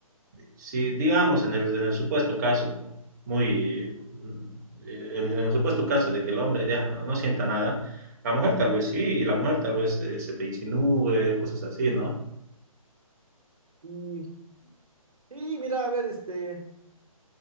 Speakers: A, on the right (about 30°); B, on the right (about 70°).
A: si digamos en el, en el supuesto caso, muy, eh, en el supuesto caso de que el hombre ya no no sienta nada, la mujer tal vez sí, y la mujer tal vez eh, se te insinúe, cosas así, ¿no?
B: Y, y mira, a ver, este,